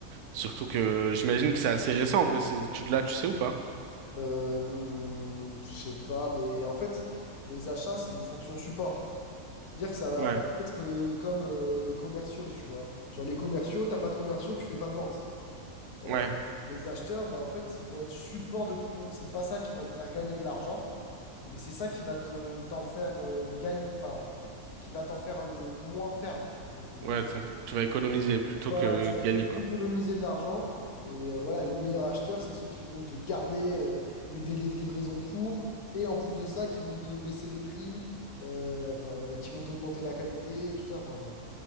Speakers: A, on the right (about 80°); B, on the left (about 80°).
A: surtout que j'imagine que c'est assez récent, en vrai, ces études-là, tu sais ou pas?
B: Euh, hmm, je sais pas, mais en fait, les achats, c'est une fonction support. Dire que ça va
A: Ouais,
B: pas être euh, comme euh, les commerciaux, tu vois. Genre, les commerciaux, t'as pas de commerciaux, tu fais pas de vente. Euh,
A: ouais,
B: les acheteurs, ben, en fait, ils vont être support de tout le monde. C'est pas ça qui va te faire gagner de l'argent. Mais c'est ça qui va te t'en faire euh, gagner, enfin, qui va t'en faire le moins perdre, entre guillemets.
A: ouais, ça- tu vas économiser plutôt
B: Voilà,
A: que
B: tu vas plutôt
A: gagner, quoi.
B: économiser de l'argent. Et euh, voilà, les meilleurs acheteurs, c'est ceux qui vont te garder euh, des délais de livraison courts. Et en plus de ça, qui vont te baisser les prix, euh, enfin, et qui vont t'augmenter la qualité et tout ça. Enfin,